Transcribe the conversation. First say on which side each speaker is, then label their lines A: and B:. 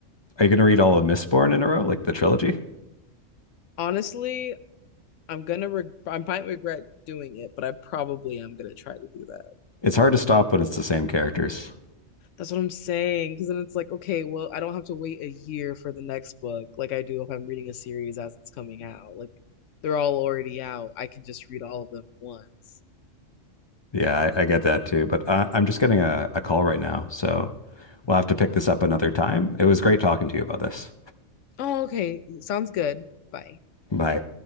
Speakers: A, on the left (about 30°); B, on the left (about 75°).
A: Are you going to read all of Mistborn in a row, like the trilogy?
B: honestly, I'm gonna re I might regret doing it, but I probably am gonna try to do that.
A: It's hard to stop when it's the same characters.
B: That's what I'm saying. Because then it's like, okay, well, I don't have to wait a year for the next book like I do if I'm reading a series as it's coming out. Like they're all already out. I can just read all of them once.
A: Yeah, I, I get that too. But I, I'm just getting a, a call right now, so we'll have to pick this up another time. It was great talking to you about this.
B: Oh, okay. Sounds good. Bye.
A: Bye.